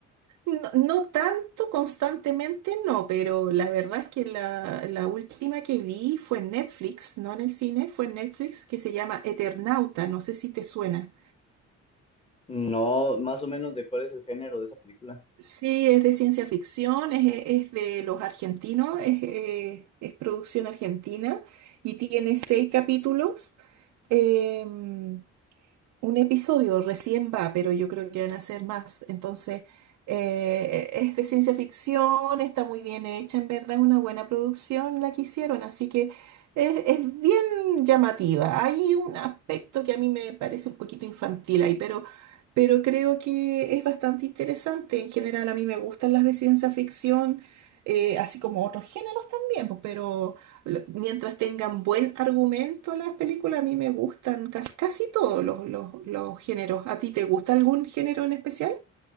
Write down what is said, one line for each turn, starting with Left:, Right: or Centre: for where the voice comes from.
Right: No, no tanto constantemente, no, pero la verdad es que la, la última que vi fue en Netflix, no en el cine, fue en Netflix que se llama Eternauta, no sé si te suena.
Left: No, más o menos de cuál es el género de esa película.
Right: Sí, es de ciencia ficción, es, es de los argentinos, es, eh, es producción argentina y tiene seis capítulos. Em, un episodio recién va, pero yo creo que van a ser más. Entonces, eh, es de ciencia ficción, está muy bien hecha, en verdad es una buena producción la que hicieron, así que es, es bien llamativa. Hay un aspecto que a mí me parece un poquito infantil ahí, pero, pero creo que es bastante interesante. En general, a mí me gustan las de ciencia ficción, eh, así como otros géneros también, pues, pero lo- Mientras tengan buen argumento las películas, a mí me gustan cas- casi todos los, los, los géneros. ¿A ti te gusta algún género en especial?